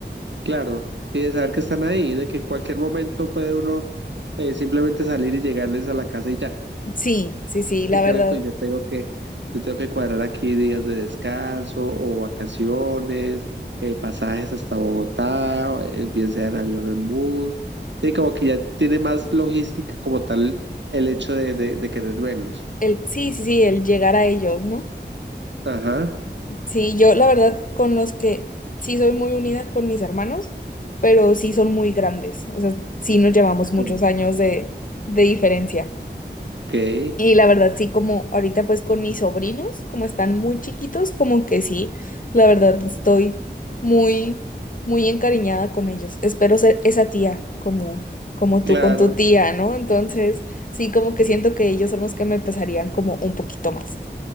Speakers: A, on the right (about 75°); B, on the left (about 45°).
A: Claro, y de saber que están ahí, de que en cualquier momento puede uno eh, simplemente salir y llegarles a la casa y ya.
B: Sí, sí, sí, la
A: En cambio,
B: verdad.
A: pues yo tengo que, yo tengo que cuadrar aquí días de descanso o vacaciones, eh, pasajes hasta Bogotá, o, eh, bien sea en avión o en bus. Sí, como que ya tiene más logística como tal el hecho de, de, de querer verlos.
B: El, sí, sí, sí, el llegar a ellos, ¿no?
A: Ajá.
B: Sí, yo la verdad con los que sí soy muy unida con mis hermanos, pero sí son muy grandes, o sea, sí nos llevamos
A: <laughs>
B: muchos años de, de diferencia.
A: Ok,
B: Y la verdad sí como ahorita pues con mis sobrinos, como están muy chiquitos, como que sí, la verdad estoy muy, muy encariñada con ellos. Espero ser esa tía como, como
A: claro,
B: tú con tu tía, ¿no? Entonces sí como que siento que ellos son los que me pesarían como un poquito más.